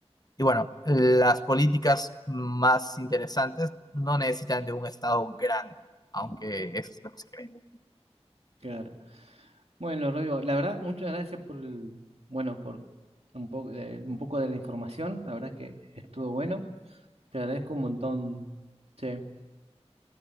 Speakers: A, on the left (about 35°); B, on the right (about 70°).
A: y bueno, las políticas más interesantes no necesitan de un Estado grande, aunque eso es lo que se cree.
B: claro. Bueno, Rodrigo, la verdad, muchas gracias por el, bueno, por un poco de, un poco de la información. La verdad que estuvo bueno. Te agradezco un montón. Sí,